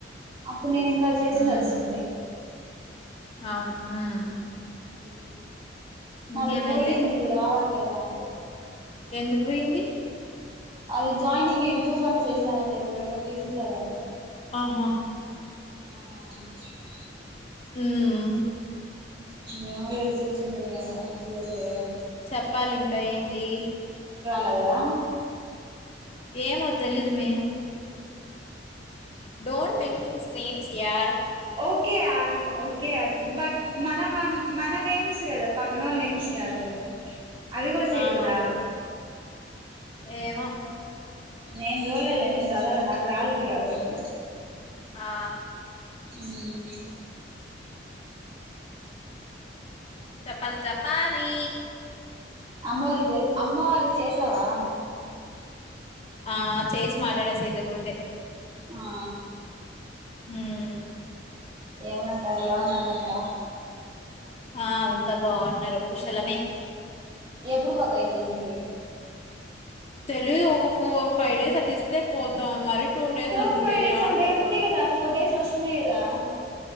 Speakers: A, on the right; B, on the left.
A: అప్పుడు నేను ఇంద చేసిడాలిసింది
B: మ్మ్ అవును హ్మ్మ్
A: హ్మ్మ్
B: ఇంకేమైతే
A: అది పోయింది ఇది రావట్ దు నాకు
B: ఎందుకు పోయింది
A: అది జాయినింగ్ ఎంతో మంది చేశానని చెప్పేమో తీసేసాదంటా
B: ఆహా
A: ఆ కోల్ప
B: హ్మ్మ్
A: ఏం ఏసిశాచిందో ఏమో వచ్చి చస్తలేదు
B: చెప్పాలి ఇంకా ఏంటి
A: లాదా
B: ఏమో తెలీదు మీ డోంట్ మె స్ నేమ్స్ యార్
A: ఓకేయార్ ఓకే యార్ బట్ మన మ మన నేమ్స్ కదా పక్కన వాళ్ళు నేమ్స్ కాదు కదా అవి కూడా చేయకూడదా
B: ఆహా ఏమో
A: నేను చూడలేలే నేను చదవలే నాకు రాలేదు కాబట్టి
B: ఆ
A: హ్మ్మ్
B: చప్పాలి చప్పాలి
A: అమ్మ వాళకి చే అమ్మ వాళ్ళకి చేసావా ఏంచి
B: ఆ చేసి మాట్లాడే స ఇతకు ముందే
A: ఆ
B: హుమ్మ్
A: ఏమంట ఎలా ఉన్నారంట
B: ఆ అంతా బాగున్నారు కుశలమే
A: ఎప్పుడు పోతాయి ఎంటికే
B: తెలిదు ఒక ఫోర్ ఫైవ్ డేస్ అట్ ఇస్తే పోతాం మరి టూ డేస్
A: ఫోర్
B: అంటే
A: ఫైవ్ డేస్
B: యాడ
A: సండే
B: చెప్పు
A: ఉందిగాద ఫోర్ డేస్ అస్తే దా